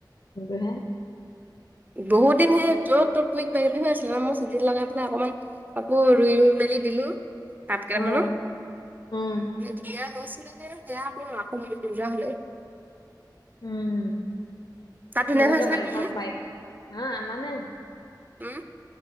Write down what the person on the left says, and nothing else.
সহে <unintelligible>
অ', উম।
উম,
যেনেকে
বাৰিষা
- বাৰিষাৰ হা আমাৰ নে?